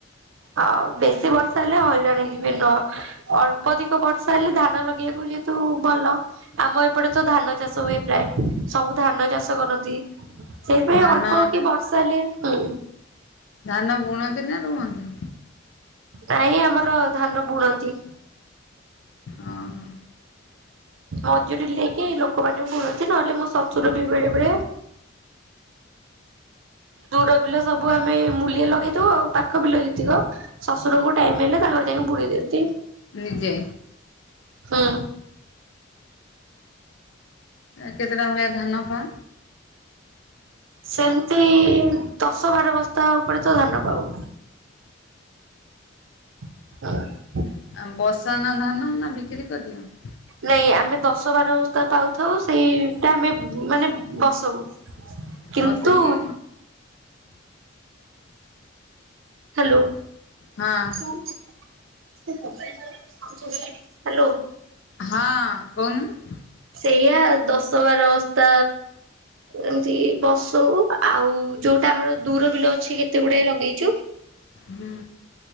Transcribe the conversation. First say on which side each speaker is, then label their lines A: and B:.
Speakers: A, on the right; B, on the left.
A: ଆଉ ବେଶୀ ବର୍ଷା ହେଲେ ହଇରାଣ ହେଇଯିବେ ନ ଅଳ୍ପ ଅଧିକ ବର୍ଷା ହେଲେ ଧାନ। ଧାନ ଲଗେଇବାକୁ ଯେହେତୁ ଭଲ ଆମ ଏପଟେ ତ ଧାନ ଚାଷ ହୁଏ ପ୍ରାୟ ସବୁ ଧାନ ଚାଷ କରନ୍ତି। ସେଇଥିପାଇ
B: ଧାନ
A: ଅଳ୍ପ କି ବର୍ଷା ହେଲେ ହଁ।
B: ଧାନ ବୁଣନ୍ତି ନା ରୁଅନ୍ତି?
A: ନାଇଁ ଆମର ଧାନ ବୁଣନ୍ତି।
B: ଅ ହଁ।
A: ମଜୁରୀ ନେଇକି ଲୋକମାନେ ବୁଣନ୍ତି। ନହେଲେ ମୋ ଶଶୁର ବି ବେଳେ ବେଳେ। ଦୁର ବିଲ ସବୁ ଆମେ ମୁଲିଆ ଲଗେଇ ଦଉ, ଆଉ ପାଖ ବିଲ ଯେତିକ ଶଶୁରଙ୍କୁ ଟାଇମ୍ ହେଲେ ତାଙ୍କର ଯାଇକି ବୁଣି ଦିଅନ୍ତି।
B: ନିଜେ?
A: ହଁ।
B: କେତେଟା ଭଳିଆ ଧାନ ପା
A: ସେମିତି ଦଶ ବାର ବସ୍ତା ଉପରେ ତ ଧାନ ପାଉ। <unintelligible>
B: <unintelligible> ନା ଧାନ ନା ବିକ୍ରି କରିଦିଅ?
A: ନାଇଁ ଆମେ ଦଶ ବାର ବସ୍ତା ପାଉଥାଉ। ସେଇଟା ଆମେ ମାନେ ବସଉ। କିନ୍ତୁ
B: ବସେଇକି
A: ହ୍ୟାଲୋ।
B: ହଁ।
A: ହ୍ୟାଲୋ।
B: ହଁ କହୁନୁ।
A: ସେଇଆ ଦଶ ବାର ବସ୍ତା ଏମିତି ବସଉ। ଆଉ ଯୋଉଟା ଆମର ଦୁର ବିଲ ଅଛି କେତେ ଗୁଡାଏ ଲଗେଇଛୁ।
B: ହୁଁ